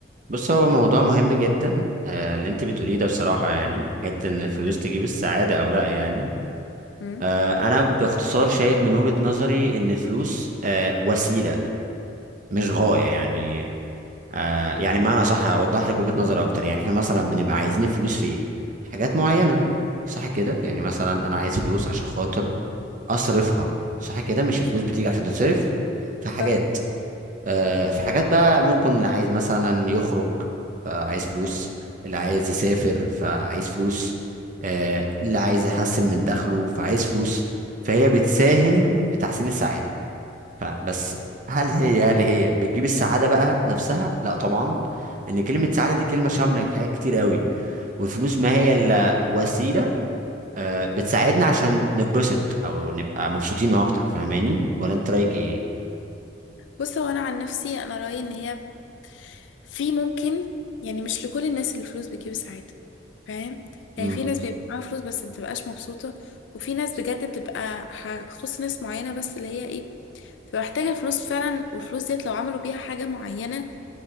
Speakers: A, on the right; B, on the left.
A: بص هو موضوع مهم جدا آه اللي انت بتقوليه ده بصراحة يعني حتة ان الفلوس
B: نعم.
A: تجيب السعادة او لا يعني
B: امم
A: آه انا باختصار شايف من وجهة نظري ان الفلوس آه وسيلة مش غاية يعني آه يعني بمعنى صح اوضح لك وجهة نظري اكتر يعني احنا مثلا بنبقى عايزين الفلوس في ايه حاجات معينة صح كده يعني مثلا انا عايز فلوس عشان خاطر اصرفها صح كده مش الفلوس بتيجي عشان تتصرف في حاجات
B: صح
A: آه، في حاجات بقى ممكن اللي عايز مثلا يخرج فعايز فلوس اللي عايز يسافر فعايز فلوس آه، اللي عايز يحسن من دخله فعايز فلوس فهي بتساهم في تحسين السعادة فبس هل هي هل هي بتجيب السعادة بقى نفسها؟ لا طبعا لأن كلمة سعادة دي كلمة شاملة لحاجات كتير قوي والفلوس ما هي إلا وسيلة آه، بتساعدنا عشان نتبسط أو نبقى مبسوطين أكتر فاهماني؟ ولا أنت رأيك إيه؟
B: بص هو انا عن نفسي انا رايي ان هي في ممكن يعني مش لكل الناس اللي الفلوس بتجيب السعاده فاهم يعني
A: امم
B: في ناس بيبقى معاها فلوس بس بتبقاش مبسوطه وفي ناس بجد بتبقى هخص ناس معينه بس اللي هي ايه بتبقى محتاجه الفلوس فعلا والفلوس ديت لو عملوا بيها حاجه معينه